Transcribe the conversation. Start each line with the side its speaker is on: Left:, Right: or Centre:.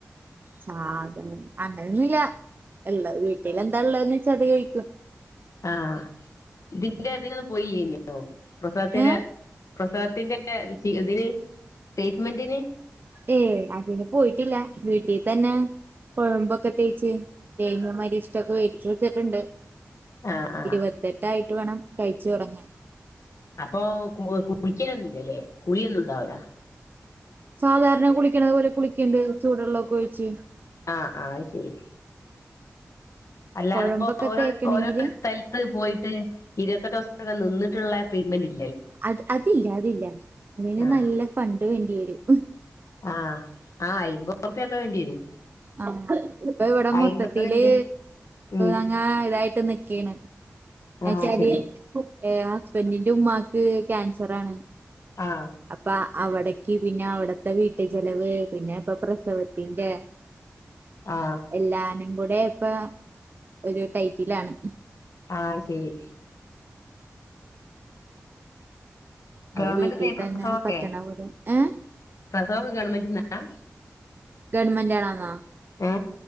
Right: സാധ അങ്ങനെയൊന്നില്ല ഉള്ള വീട്ടിൽ എന്താ ഉള്ളേന്ന് വെച്ച അത് കഴിക്കും
Left: ആ ഇതിന്റെ അതിനൊന്നും പോയില്ല്യെനു ഓ പ്രസവത്തിന്റെ
Right: ഏഹ്
Left: പ്രസവത്തിന്റെ ചി ഇതിന് ട്രീറ്റ്മെന്റിന്
Right: ഏ അതിന് പോയിട്ടില്ല വീട്ടീ തന്ന കൊഴമ്പൊക്കെ തേച്ച് ലേഹിയം അരിഷ്ട്ടക്ക വേടിച്ച് വെച്ചിട്ടുണ്ട്
Left: ആ ആ
Right: ഇരുപത്തെട്ടായിട്ട് വേണം കയി ച്ചു തുടങ്ങാൻ
Left: അപ്പൊ കു കുളിക്കലൊന്നും ഇല്ലല്ലേ കുളിയൊന്നും ഉണ്ടാവൂല്ല
Right: സാധാരണ കുളിക്കണതുപോലെ കുളി ക്കെയിണ്ട് ചൂഡോള്ളോക്ക ഒഴിച്ച്
Left: ആ ആ ആയിശേരി അല്ലാതിപ്പോ
Right: കൊഴമ്പൊക്കെ
Left: ഓരോരോ
Right: തേക്കണെങ്കില്
Left: ഓരോരോ സ്ഥലത്ത് പോയിട്ട് ഇരുവത്തെട്ട് ദിവസ നിന്നട്ടിള്ള ആ ട്രീറ്റ്മെന്റ് ഇ
Right: അത് അതില്ല അതില്ല അതിന്
Left: ആ
Right: നല്ല ഫണ്ട് വേണ്ടി വരും ഹും
Left: ആ ആ അയിമ്പത് റുപിയക്ക വേണ്ടിവരും
Right: ആ ഇപ്പൊ ഇവിടെ
Left: അയ്മ്പത്ണ്ട്
Right: മൊത്തത്തില്
Left: ഉം
Right: അങ്ങ് ഇതായി ഇട്ട് നിക്കിണ്
Left: ആ
Right: എച്ചരി
Left: ശരി
Right: ഏ ആ പെന്നിന്റെ ഉമ്മാക്ക് ക്യാൻസർ ആണ്
Left: ആ
Right: അപ്പാ അവിടെ- ക്ക് പിന്നെ അവിടുത്തെ വീട്ട് ചെലവ് ഇപ്പം പ്രസവത്തിന്റെ-
Left: ആ
Right: എല്ലാരും കൂട്- കെ ഇപ്പം ഒരു ടൈറ്റിൽ ആണ്
Left: ആശരി
Right: അത്
Left: ഗവൺമെന്റ്ന്നെ
Right: വീട്ടിൽ
Left: പ്രസവൊക്കെ
Right: തന്നെ പറ്റണപോലെ ഏ
Left: പ്രസവൊക്കെ ഗവൺമെൻറ് തന്നാ-
Right: ഗവൺമെൻറ് ആണെന്നോ
Left: ഏ